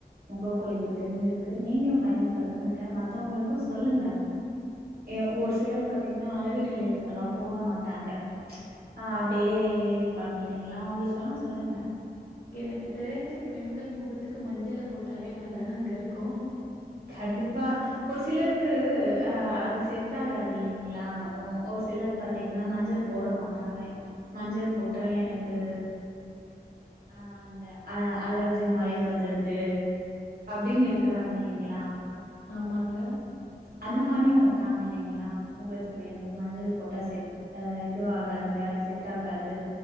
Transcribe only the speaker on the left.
எனக்கு தெரிஞ்சு பெண்கள் முகத்துக்கு மஞ்சள போட்டாலே நல்லாதாங்க இருக்கு
<inaudible>
ஆமாங்க